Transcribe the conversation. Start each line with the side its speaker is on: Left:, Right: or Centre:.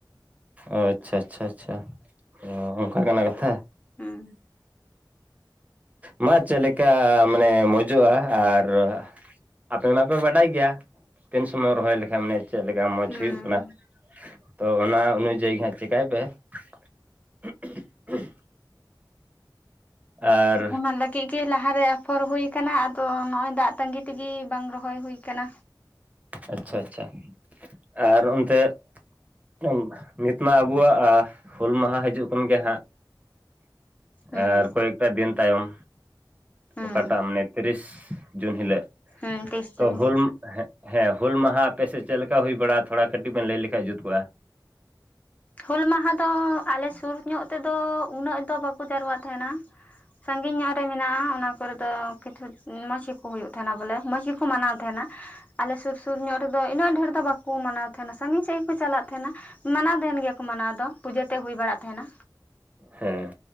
Right: ᱟᱻᱪᱷᱟ ᱪᱷᱟ ᱪᱷᱟ ᱩᱸ ᱚᱱᱠᱟ ᱠᱟᱱᱟ ᱠᱟᱛᱷᱟ᱾
Left: ᱦᱩᱸ᱾
Right: ᱢᱟ ᱪᱮᱫ ᱞᱮᱠᱟ ᱢᱟᱱᱮ ᱢᱚᱡᱚᱜᱼᱟ ᱟᱨ ᱟᱯᱮ ᱢᱟᱯᱮ ᱵᱟᱰᱟᱭ ᱜᱮᱭᱟ ᱛᱤᱱ ᱥᱚᱢᱚᱭ ᱨᱚᱦᱚᱭ ᱞᱮᱠᱷᱟᱱ ᱢᱟᱱᱮ ᱪᱮᱫ ᱞᱮᱠᱟ ᱢᱚᱡᱽ
Left: ᱦᱩᱸ
Right: ᱦᱩᱭᱩᱜ ᱠᱟᱱᱟ? ᱛᱚ ᱚᱱᱟ ᱚᱱᱤᱡᱟᱹᱭ ᱜᱮ ᱦᱟᱸᱜ ᱪᱮᱠᱟᱭ ᱯᱮ᱾ <unintelligible> ᱟᱨ
Left: ᱚᱱᱟ ᱞᱟᱹᱜᱤᱫ ᱜᱮ ᱞᱟᱦᱟᱨᱮ ᱟᱯᱷᱚᱨ ᱦᱩᱭ ᱠᱟᱱᱟ ᱟᱫᱚ ᱱᱚᱜᱼᱚᱭ ᱫᱟᱜ ᱛᱟᱺᱜᱤ ᱛᱮᱜᱮ ᱵᱟᱝ <unintelligible> ᱦᱚᱭ ᱦᱩᱭ ᱠᱟᱱᱟ᱾
Right: ᱟᱪᱪᱷᱟ ᱟᱪᱪᱷᱟ ᱟᱨ ᱚᱱᱛᱮ <unintelligible> ᱱᱤᱛ ᱢᱟ ᱟᱵᱚᱣᱟᱜ ᱦᱩᱞ ᱢᱟᱦᱟ ᱦᱤᱡᱩᱜ ᱠᱟᱱ ᱜᱮ ᱦᱟᱸᱜ᱾
Left: ᱦᱩᱸ
Right: ᱟᱨ ᱠᱚᱭᱮᱠᱴᱟ ᱫᱤᱱ ᱛᱟᱭᱚᱢ
Left: ᱦᱩᱸ
Right: ᱚᱠᱟᱴᱟᱜ ᱢᱟᱱᱮ ᱛᱤᱨᱤᱥ ᱡᱩᱱ ᱦᱤᱞᱟᱹᱜ᱾
Left: ᱦᱩᱸ ᱛᱤᱥ
Right: <unintelligible>
Left: ᱪᱚᱝ ᱦᱟᱸᱜ᱾
Right: ᱦᱩᱞ ᱢᱟᱦᱟ ᱟᱯᱮᱥᱮᱫ ᱪᱮᱫ ᱞᱮᱠᱟ ᱦᱩᱭ ᱵᱟᱲᱟᱜᱼᱟ? ᱛᱷᱚᱲᱟ ᱠᱟᱹᱴᱤᱡ ᱵᱮᱱ ᱞᱟᱹᱭ ᱞᱮᱠᱷᱟᱱ ᱡᱩᱛ ᱠᱚᱜᱼᱟ᱾
Left: ᱦᱩᱞ ᱢᱟᱦᱟ ᱫᱚᱻ ᱟᱞᱮ ᱥᱩᱨ ᱧᱚᱜ ᱛᱮᱫᱚᱻ ᱩᱱᱟᱹᱜ ᱫᱚ ᱵᱟᱠᱚ ᱡᱟᱣᱨᱟᱜ ᱛᱟᱦᱮᱱᱟ᱾ ᱥᱟᱺᱜᱤᱧ ᱧᱚᱜ ᱨᱮ ᱢᱮᱱᱟᱜᱼᱟ᱾ ᱚᱱᱟ ᱠᱚᱨᱮ ᱫᱚ ᱠᱤᱪᱷᱩ ᱢᱚᱸᱡᱽ ᱜᱮᱠᱚ ᱦᱩᱭᱩᱜ ᱛᱟᱦᱮᱱᱟ᱾ ᱵᱚᱞᱮ ᱢᱚᱸᱡᱽ ᱜᱮᱠᱚ ᱢᱟᱱᱟᱣ <unintelligible> <unintelligible> ᱟᱞᱮ ᱥᱩᱨ ᱥᱩᱨ ᱧᱚᱜ ᱨᱮᱫᱚ ᱩᱱᱟᱹᱜ ᱰᱷᱮᱨ ᱫᱚ ᱵᱟᱠᱚ ᱢᱟᱱᱟᱣ ᱛᱟᱦᱮᱱᱟ᱾ ᱥᱟᱺᱜᱤᱧ ᱥᱟᱺᱜᱤᱧ ᱠᱚ ᱪᱟᱞᱟᱜ ᱛᱟᱦᱮᱸᱱᱟ᱾ ᱢᱟᱱᱟᱣ <unintelligible> ᱠᱚ ᱢᱟᱱᱟᱣ ᱫᱚ ᱯᱩᱡᱟᱹ ᱛᱮᱫ ᱦᱩᱭ ᱵᱟᱲᱟᱜ ᱛᱟᱦᱮᱱᱟ᱾
Right: ᱦᱮᱸ᱾